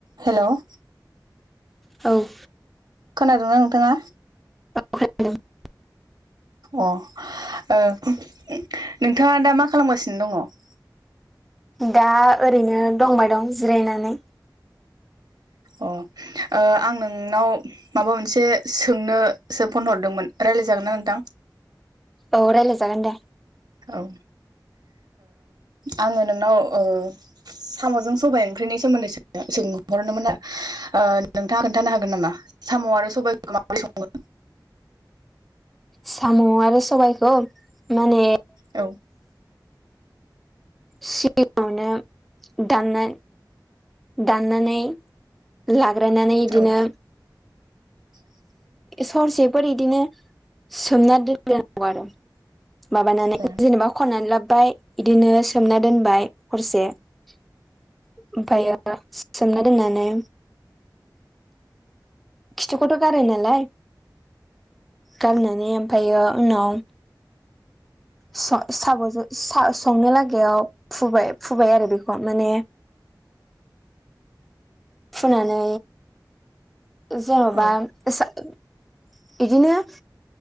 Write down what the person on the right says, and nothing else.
हेल'?
खोनादोंना नोंथाङा?
अ ओ नोंथाङा दा मा खालामगासिनो दङ?
अ ओ आं नोंनाव माबा मोनसे सोंनोसो फन हरदोंमोन रायलाय जागोन ना नोंथां?
औ ओ आङो नोंनाव ओ साम'जों सबाइ ओंख्रिनि सोमोन्दैसो सोंहरनोमोन नोंथाङा खोनथानो हागोन नामा साम' आरो सबाइखौ माबोरै सङो?
औ
औ <inaudible>
औ
औ